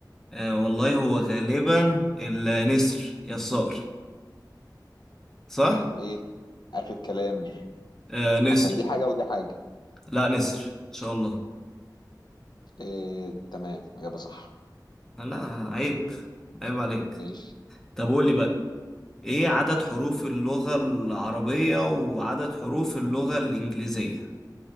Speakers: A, in the centre; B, on the left.
A: آه والله هو غالبا النسر يا الصقر صح
B: ايه اخر كلام
A: آه نسر
B: عشان دي حاجة ودي حاجة
A: لا نسر ان شاء الله
B: إيه تمام إجابة صح
A: لا عيب عيب عليك
B: ماشي
A: طب قول لي بقى ايه عدد حروف اللغة العربية وعدد حروف اللغة الإنجليزية